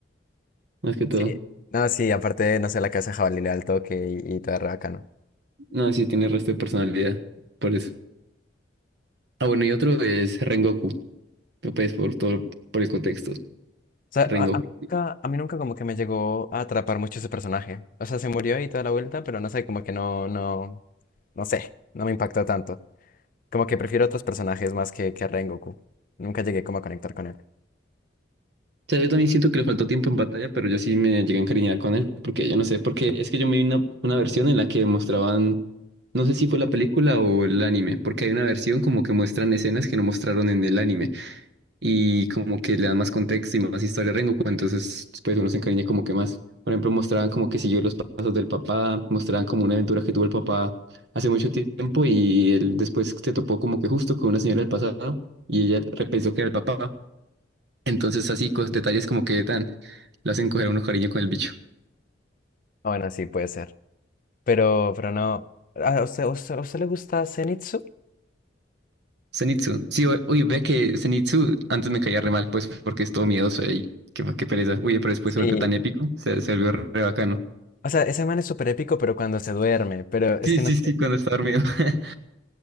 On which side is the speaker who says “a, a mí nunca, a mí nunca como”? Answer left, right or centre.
Left